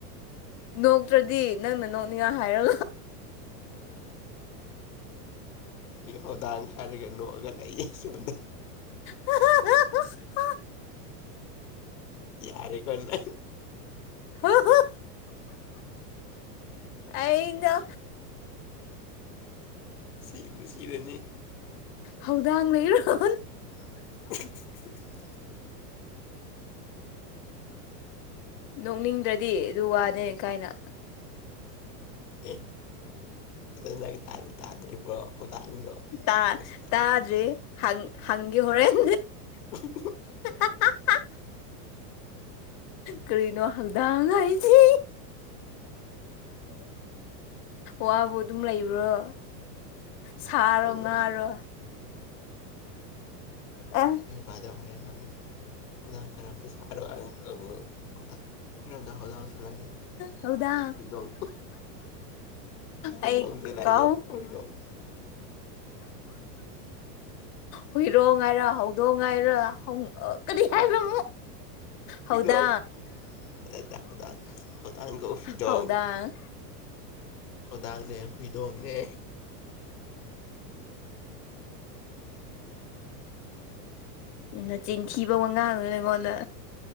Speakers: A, on the left; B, on the left.
A: ꯅꯣꯛꯇ꯭ꯔꯗꯤ ꯅꯪꯅ ꯅꯣꯛꯅꯤꯡꯉ ꯍꯥꯏꯔꯣ
B: ꯏꯊꯧꯧꯗꯥꯡ ꯍꯥꯏꯔꯒ ꯅꯣꯛꯑꯒ ꯂꯩꯌꯦꯦ ꯁꯣꯝꯗ
A: ꯍ
B: ꯌꯥꯔꯦ ꯀꯅ
A: ꯍꯦ ꯍ ꯑꯩꯗ
B: ꯁꯤꯕꯨ ꯁꯤꯔꯅꯤ
A: ꯍꯧꯗꯪ ꯂꯩ ꯏꯔꯣ
B: ꯍ ꯎꯝ
A: ꯅꯣꯛꯅꯤꯡꯗ꯭ꯔꯗꯤ ꯑꯗꯨ ꯋꯥꯅꯦꯅ ꯀꯥꯏꯅ
B: ꯑꯦ ꯑꯗꯨ ꯅꯪ ꯇꯥꯗ꯭ꯔꯤꯕ꯭ꯔꯣ ꯍꯧꯗꯥꯡꯗꯣ
A: ꯇꯥ
B: ꯉꯁꯤꯅ
A: ꯇꯥꯗ꯭ꯔꯤ
B: ꯑꯍꯥꯟꯕ
A: ꯍꯪ ꯍꯪꯦ ꯍꯣꯔꯦꯟ
B: ꯍ
A: ꯍꯣꯏ ꯀꯔꯤꯅꯣ ꯍꯪꯗꯥꯥꯡ ꯍꯥꯏꯁꯤ ꯋꯥꯕꯨ ꯑꯗꯨꯝ ꯂꯩꯕ꯭ꯔꯣ ꯁꯥꯔꯣ
B: ꯍꯪꯒ
A: ꯉꯥꯔꯣ ꯎꯝ
B: ꯑꯩꯣꯏ ꯏꯄꯥꯗ ꯍꯣꯔꯦꯟ ꯍꯪꯉꯨ ꯍꯧꯧꯗꯥꯡ ꯀꯔꯝꯕ ꯁꯥꯔꯣ ꯍꯪꯉꯨ ꯍꯧꯗꯥꯡ ꯑꯩꯈꯣꯏꯔꯣꯝꯗ ꯍꯧꯗꯥꯡꯁꯨ ꯂꯩꯌꯦ
A: ꯍꯗ
B: ꯍꯨꯏꯗꯣꯡ ꯍꯨꯏꯗꯣꯡꯁꯨ
A: ꯑꯩ
B: ꯂꯩꯌꯦ
A: ꯀ
B: ꯍꯨꯏꯗꯣꯡ
A: ꯍꯨꯏꯔꯣ ꯉꯥꯏꯔ ꯍꯧꯗꯣꯡ ꯉꯥꯏꯔ ꯀꯔꯤ ꯍꯥꯏꯕꯣ
B: ꯍꯨꯏꯗꯣꯡ
A: ꯍꯥꯎꯗ
B: ꯍꯧꯗꯥꯡ ꯍ‌ꯦꯔꯗ ꯍꯧꯗꯥꯡꯒ ꯐꯤꯗꯣꯡ
A: ꯍꯧꯗꯥꯡ
B: ꯍꯧꯧꯗꯡꯅꯦ ꯍꯨꯏꯗꯣꯡꯅꯦ
A: ꯎ ꯅ ꯆꯤꯟꯊꯤꯕ ꯋꯥ ꯉꯥꯡꯅ ꯅ ꯑꯩꯉꯣꯟꯗ